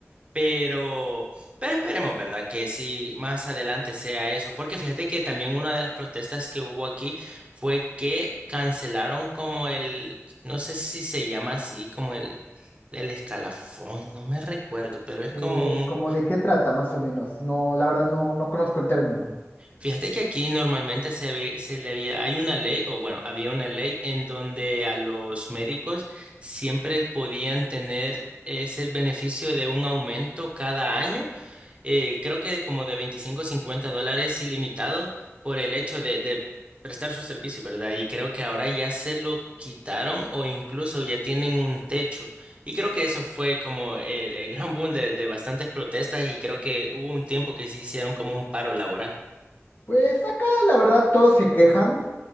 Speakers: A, on the right; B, on the left.
A: Pero, pero esperemos, ¿verdad? Que si más adelante sea eso. Porque fíjate que también una de las protestas que hubo aquí fue que cancelaron como el, no sé si se llama así, como el, el escalafón, no me recuerdo, pero es
B: Eh,
A: como un,
B: ¿cómo de qué trata, más o menos? No, la verdad no, no conozco el término.
A: fíjate que aquí normalmente se ve, se le había, hay una ley, o bueno, había una ley en donde a los médicos siempre podían tener ese beneficio de un aumento cada año eh, creo que como de 25 a 50 dólares ilimitado por el hecho de, de prestar su servicio, ¿verdad? Y creo que ahora ya se lo quitaron o incluso ya tienen un techo. Y creo que eso fue como el, el gran boom de, de bastantes protestas y creo que hubo un tiempo que se hicieron como un paro laboral.
B: Pues acá, la verdad, todos se quejan.